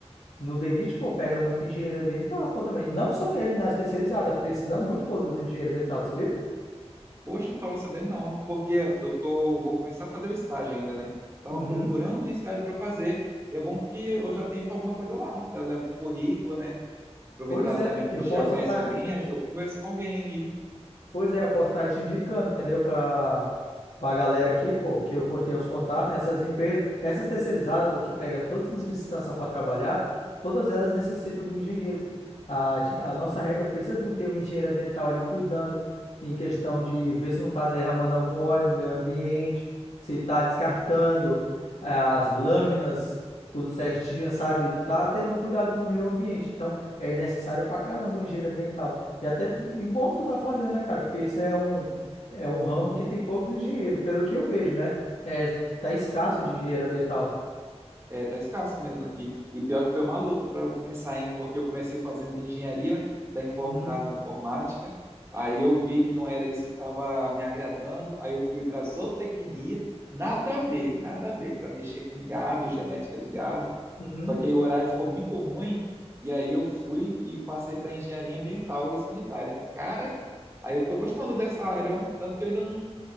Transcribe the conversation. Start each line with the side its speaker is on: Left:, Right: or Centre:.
Left: no DENIT, pô, pega muito engenheiro ambiental, pô, também. Não só nele, nas terceirizadas, precisa muito, pô, dos engenheiros ambientais, sabia?
Right: Poxa, não tava sabendo não, porque eu tô, vou começar a fazer o estágio ainda, né? Tava
Left: Uhum.
Right: procurando um estágio para fazer, e é bom que eu já tenho alguma coisa lá, já levo um currículo, né? aproveitar
Left: Pois é,
Right: também
Left: eu
Right: que já
Left: posso
Right: conhece
Left: estar.
Right: alguém, eu converso com alguém e
Left: Pois é, eu posso estar te indicando, entendeu? Para a galera aqui, pô, que eu con- tenho os contatos nessas empresas, essas terceirizadas, pô, que pega todas as licitações para trabalhar, todas elas necessitam do engenheiro, pô. A, de- a nossa regra precisa de um, ter um engenheiro ambiental ali cuidando em questão de ver se não está derramando algum óleo no meio ambiente, se está descartando ah, as lâminas, tudo certinho, sabe? Tá tendo um cuidado com o meio ambiente. Então, é necessário pra caramba o engenheiro ambiental. E até e bom tu tá fazendo, né, cara? Porque isso é um, é um ramo que tem poucos engenheiros, pelo que eu vejo, né? É, tá escasso de engenheiro ambiental.
Right: é, tá escasso mesmo aqui. E pior que foi uma luta para eu começar, hein? Porque eu comecei fazendo engenharia da, infor-
Left: Uhum,
Right: da informática, aí eu vi que não era isso que estava me agradando, aí eu fui para zootecnia, nada a ver, nada a ver, para mexer com gado, genética de gado.
Left: uhum.
Right: Só que aí o horário ficou muito ruim, e aí eu fui e passei para engenharia ambiental e sanitária. Cara, aí eu tô gostando dessa área, ó. Tanto que eu ainda não